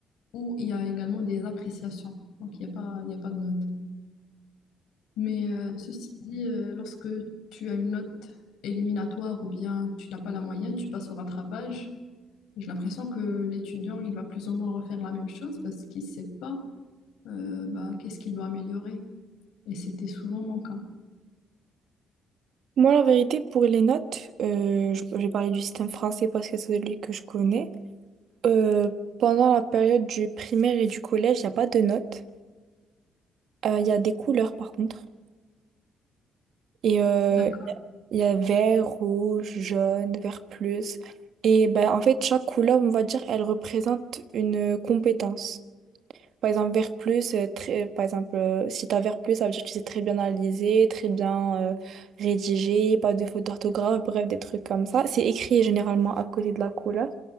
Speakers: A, on the left (about 90°); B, on the right (about 70°).
A: où il y a également des appréciations. Donc, il n'y a pas, il y a pas de notes. Mais euh, ceci dit, euh, lorsque tu as une note éliminatoire ou bien tu n'as pas la moyenne, tu passes au rattrapage. J'ai l'impression que l'étudiant, il va plus ou moins refaire la même chose parce qu'il ne sait pas euh, bah, qu'est-ce qu'il doit améliorer. Et c'était souvent mon cas.
B: Moi, la vérité, pour les notes, euh, je je vais parler du système français parce que c'est celui que je connais. Euh, pendant la période du primaire et du collège, il n'y a pas de notes. Euh, Il y a des couleurs, par contre. Et euh,
A: D'accord.
B: il y a vert, rouge, jaune, vert plus. Et bah, en fait, chaque couleur, on va dire, elle représente une compétence. Par exemple, vert plus, euh, très, par exemple, euh, si tu as vert plus, ça veut dire que tu sais très bien analyser, très bien euh, rédiger, pas de faute d'orthographe, bref, des trucs comme ça. C'est écrit généralement à côté de la couleur.